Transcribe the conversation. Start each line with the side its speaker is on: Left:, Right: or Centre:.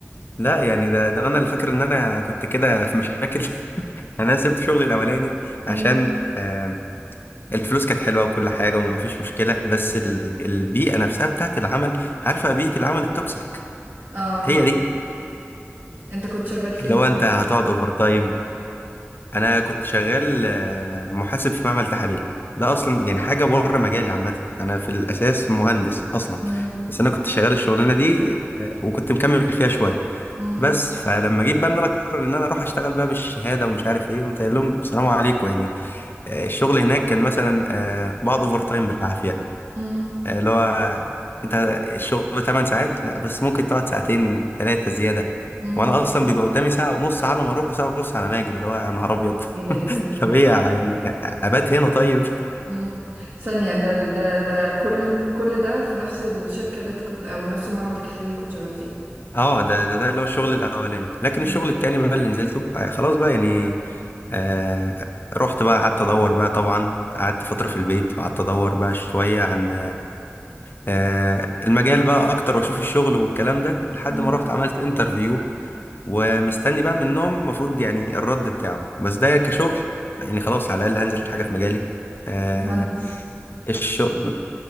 Left: لا يعني ده ده انا اللي فاكر ان انا كنت كده في مشاكل <laughs> انا سبت شغلي الاولاني
Right: امم
Left: عشان آم، الفلوس كانت حلوه وكل حاجه وما فيش مشكله بس ال- البيئه نفسها بتاعت العمل عارفه بيئه العمل التوكسيك
Right: اه
Left: هي دي
Right: انت كنت شغال فين
Left: اللي هو انت هتقعد اوفر تايم انا كنت شغال آه، محاسب في معمل تحاليل ده اصلا يعني حاجه بره مجالي عامه انا في الاساس مهندس اصلا
Right: امم
Left: بس انا كنت شغال الشغلانه دي آه، وكنت مكمل فيها شويه
Right: امم
Left: بس فلما جيت بقى ان انا اقرر ان انا اروح اشتغل بقى بالشهاده ومش عارف ايه قمت قايل لهم سلام عليكم يعني آه، الشغل هناك كان مثلا آه، بقعد اوفر تايم بالعافيه
Right: امم
Left: آه، اللي هو آه، انت الشغل 8 ساعات لا بس ممكن تقعد ساعتين ثلاثه زياده
Right: امم
Left: وانا اصلا بيبقى قدامي ساعه ونص على ما اروح وساعه ونص على ما اجي اللي هو يا نهار ابيض
Right: ايه ده يا لهوي
Left: طب ايه يعني ابات هنا طيب <laughs>
Right: امم ثانية ده ده ده كل كل ده في نفس الشركة اللي انت كنت او نفس معمل التحليل اللي كنت شغال فيه
Left: اه ده ده ده اللي هو الشغل الاولاني لكن الشغل
Right: مم.
Left: التاني بقى اللي نزلته آه خلاص بقى يعني آه رحت بقى قعدت ادور بقى طبعا قعدت فترة في البيت وقعدت ادور بقى شوية عن آه المجال بقى اكتر واشوف الشغل والكلام ده لحد
Right: مم.
Left: ما رحت عملت انترفيو ومستني بقى منهم المفروض يعني الرد بتاعه بس ده كشغل يعني خلاص على الاقل هنزل حاجة في مجالي آه
Right: مهندس
Left: الشغل